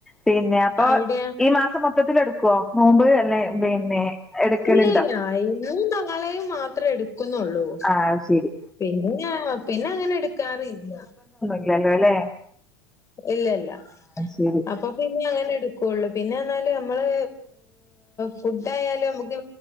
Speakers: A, in the centre; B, on the left.
A: പിന്നെ അപ്പൊ
B: അവിടെയോ?
A: ഈ മാസം മൊത്തത്തിൽ എടുക്കുവോ നോമ്പ് അല്ലെ പിന്നെ. എടുക്കലുണ്ടോ
B: ഇല്ല ല്ല ഇന്നും നാളെയും മാത്രേ എടുക്കുന്നുള്ളൂ.
A: ആ അത് ശരി
B: പിന്നെ പിന്നെ അങ്ങനെ എടുക്കാറില്ല
A: ഇല്ലല്ലോ ല്ലേ
B: ഇല്ലല്ല
A: ശരി
B: അപ്പൊ പിന്നെ അങ്ങനെ എടുക്കുള്ളു പിന്നെന്നാല് നമ്മള് ഫുഡായാലും നമുക്ക്